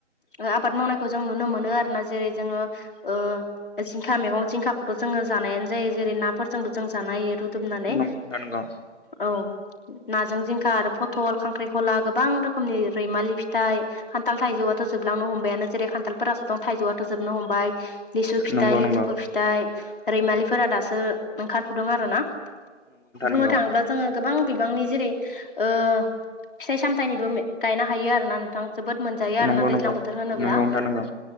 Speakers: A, on the left; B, on the left.
A: ओ आबाद मावनायखौ जों नुनो मोनो आरोना। जेरै जोङो ओ जिंखा मैगं जिंखाखौथ' जोङो जानायानो जायो जेरै नाफोरजोंबो जों जानाय हायो। रु दबनानै
B: नंगौ नंगौ नोंथां
A: औ। नाजों जिंखा आरो फथल, खांख्रिखला गोबां रोखोमनि रैमालि फिथाइ खान्थाल थाइजौआथ' जोबलांनो हमबायानो जेरै खान्थालफोरासो दं थाइजौआथ' जोबनो हमबाय। लिसु फिथाइ
B: नंगौ
A: लिथुखु
B: नोंथां
A: फिथाइ रैमालिफोरा दासो ओंखारफुदों आरोना। बुंनो
B: नंगौ
A: थाङोब्ला जोङो गोबां बिबांनि जेरै ओ फिथाइ सामथाइनिबो गायनो हायो आरोना नोंथां। जोबोद मोनजायो आरोना
B: नंगौ नंगौ नोंथां नंगौ
A: दैज्लां
B: नंगौ
A: बोथोर होनोब्ला
B: नोंथां नंगौ